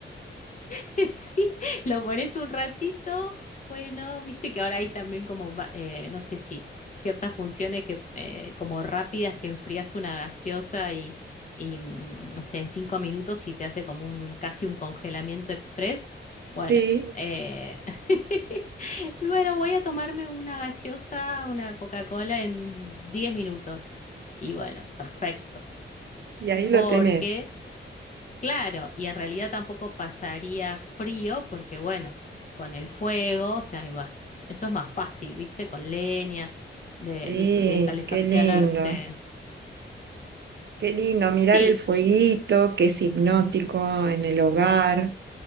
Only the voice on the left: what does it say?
<laughs> Sí, lo pones un ratito. Bueno, viste que ahora hay también como, ma- eh, no sé si, ciertas funciones que, eh, como rápidas que enfrías una gaseosa y, y, mm, no sé, en cinco minutos y te hace como un, casi un congelamiento express. Bueno,
eh, <laughs> bueno, voy a tomarme una gaseosa, una Coca-Cola en 10 minutos. Y bueno, perfecto.
Porque
Claro, y en realidad tampoco pasaría frío porque, bueno, con el fuego, o sea, hay bas- eso es más fácil, ¿viste? Con leña, de,
de, de calefaccionarse.
Sí,